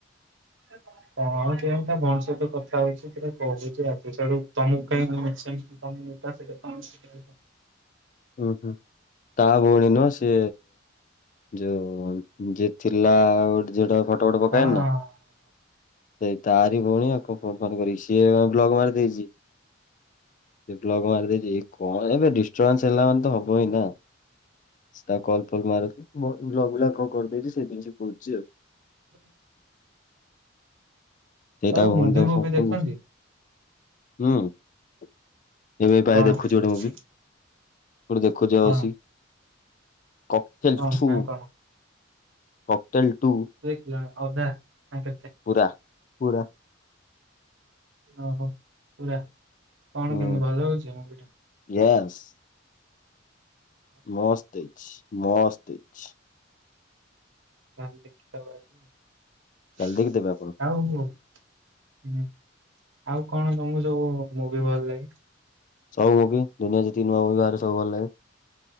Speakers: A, on the right; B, on the left.
A: <inaudible> କଣ କେଜାଣି ତା ଭଉଣି ସହିତ କଥା ହଉଛି ସେଟା କହୁଛି ଆଜି ଛାଡି ତମକୁ କାହିଁକି ମୁଁ ନୁଚେଇବି। <unintelligible>
B: ଉୁ ହୁଁ ତା ଭଉଣୀ ନୁହ ସେ ଯୋଉ ଯିଏ ଥିଲା ଆଉ ଝିଅଟା ଫଟୋ ଫଟ ପକାଏନ
A: ହଁ।
B: ନା ସେଇ ତାରି ଭଉଣୀ ଆଉ କଣ ଫୋନ ଫୋନ କରିକି ସିଏ ବ୍ଲକ ମାରି ଦେଇଛି। ବ୍ଲକ ମାରିଦେଇଛି କଣ ଏବେ ଡିଷ୍ଟର୍ବାନ୍ସ ହେଲା ମାନେ ତ ହବ ହିଁ ନା? ତା କଲ ଫଲ ମାରଥିଲା ବ ବ୍ଲକ ଗୁଲା କରିଦେଇଛି ସେ ଜିନି କହୁଛି ଆଉ
A: <inaudible>
B: ସେ ତା
A: ଆଉ
B: ଭଉଣୀ
A: ମୁଭି
B: ତାକୁ
A: ଫୁଭି
B: ଫୋନ
A: ଦେଖନ୍ତି
B: କରୁ <unintelligible> ହୁଁ ଏବେ ପା
A: କଣ
B: ଦେଖୁଛି ଗୋଟ
A: ଦେଖ
B: ମୁଭି। ହ ଦେଖୁଛି ପା ବସିକି?
A: କଣ
B: କକଟେଲ
A: କଣ
B: ଠୁ
A: ନା କଣ?
B: କକଟେଲ ଟୁ
A: ହେଲା ଅଦା ନା କେତେ
B: ପୁରା ପୁରା
A: ଓହୋ ପୁରା କଣ
B: ହୁଁ
A: କିନ୍ତି ଭଲ ଲାଗୁଛି ମୁଭି ଟା?
B: ୟେସ୍ ମସ୍ତ ହେଇଛି ମସ୍ତ ହେଇଛି।
A: ତା ହେଲେ ଦେଖିଦବା ଆଜି
B: କାଲି ଦେଖିଦେବେ ଆପଣ।
A: ଆଉ ହୁଁ ଆଉ କଣ ତମକୁ ସବୁ ମୁଭି ଭଲ ଲାଗେ?
B: ସବୁ ମୁଭି ଦୁନିଆରେ ଯେତିକି ନୂଆ ମୁଭି ବାହାରେ ସବୁ ଭଲ ଲାଗେ